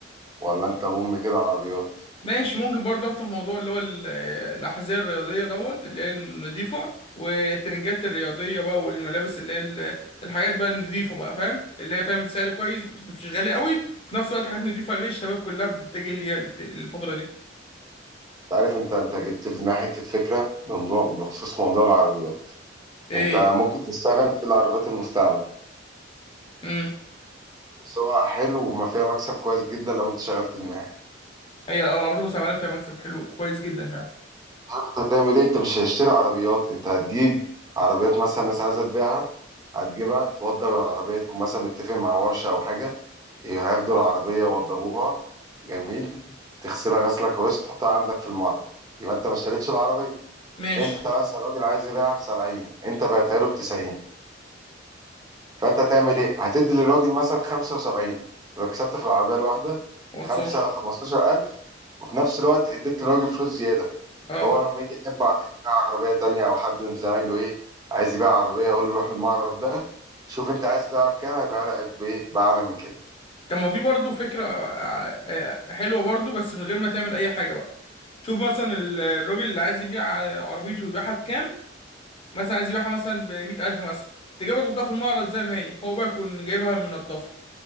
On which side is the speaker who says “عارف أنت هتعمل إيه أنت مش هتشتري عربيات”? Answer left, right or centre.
Right